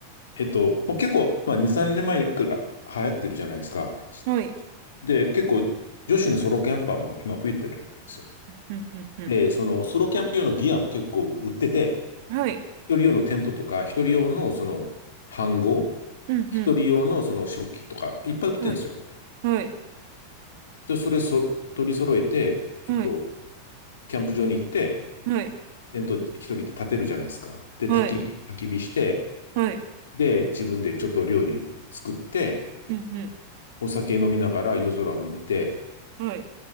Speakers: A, on the left; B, on the right.
A: えっと、もう結構、まあ、2、3年前にさんねんまえから流行ってるじゃないですか。
B: はい。
A: で、結構、女子のソロキャンパーも今増えてるんですよ。
B: うん、うん、うん。
A: で、そのソロキャンプ用のギアも結構売ってて、
B: はい。
A: 一人用のテントとか、一人用のその、飯盒、
B: うん、
A: 一人用のその食器とか、
B: うん。
A: いっぱい売ってるんですよ。
B: はい。はい。
A: で、それそ取り揃えて、ちょっと、
B: はい。
A: キャンプ場に行って、
B: はい。
A: 煙突一人で立てるじゃないですか。で、
B: はい。
A: 焚き火、焚き火して、
B: はい。
A: で、自分でちょっと料理作って、
B: うん、う
A: お酒飲みながら夜空を見て、
B: ん。はい。